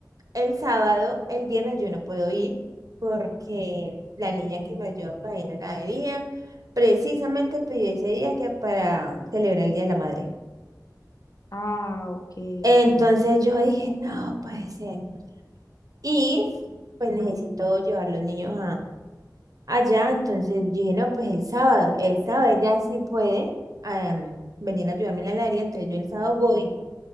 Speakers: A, on the right; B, on the left.
A: el sábado, el viernes yo no puedo ir porque la niña que me ayuda para ir a la heladería precisamente pidió ese día que para celebrar el Día de la Madre.
B: Ah, ok,
A: Entonces
B: ok.
A: yo dije, no puede ser. Y pues necesito llevar los niños allá, entonces yo dije, no, pues el sábado, el sábado ella sí puede am, venir a ayudarme en la heladería, entonces yo el sábado voy